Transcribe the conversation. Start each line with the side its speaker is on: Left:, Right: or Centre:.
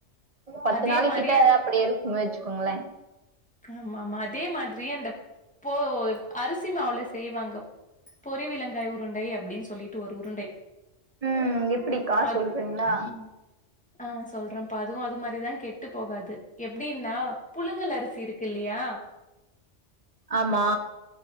Right: பத்து
Centre: அதே
Right: நாளை
Centre: மாரி
Right: கிட்ட
Centre: அந்
Right: அப்பிடி இருக் குன் வச்சுக்கோங்களே
Centre: ஆமாமா அதே மாதிரி அந்த போ அரிசி மாவுல செய்வாங்க பொரி விளங்காய் உருண்டை அப்டின் சொல்லி ட்டு ஒரு உருண்டை
Right: ம் எப்டிக்கா
Centre: அத்
Right: சொல்றீங்களா
Centre: ம் ஆ சொல்றம்ப்பா அதுவு அது மாரிதா கெட்டு போகாது எப்டின்னா புழுங்கல் அரி சி இருக்குல்லியா
Right: ஆமா